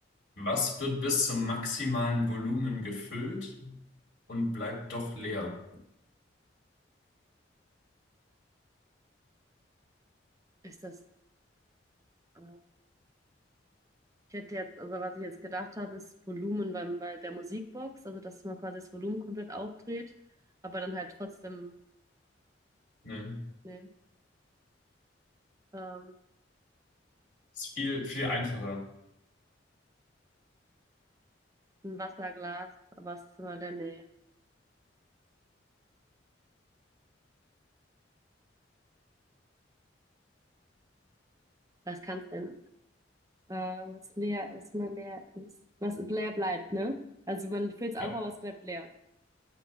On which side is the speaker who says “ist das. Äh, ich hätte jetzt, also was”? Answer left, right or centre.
Right